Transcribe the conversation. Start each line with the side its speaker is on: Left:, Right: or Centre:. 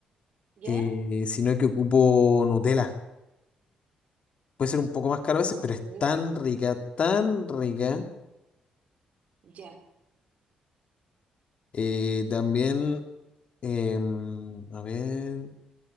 Right: ¿Ya?
Left: eh, sino que ocupo Nutella. Puede ser un poco más caro a veces,
Right: Nutella.
Left: pero es tan rica, tan rica.
Right: Ya.
Left: Eh, también,
Right: Nu-
Left: em, a ver,